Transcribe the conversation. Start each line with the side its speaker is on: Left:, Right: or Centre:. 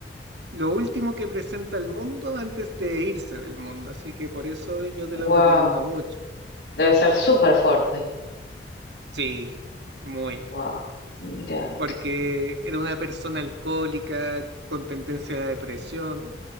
Right: lo último que presenta al mundo antes de irse del mundo. Así que por eso yo te
Left: wow.
Right: lo recomiendo mucho.
Left: Debe ser súper fuerte.
Right: Sí, muy.
Left: Wow, mirá.
Right: porque era una persona alcohólica con tendencia a la depresión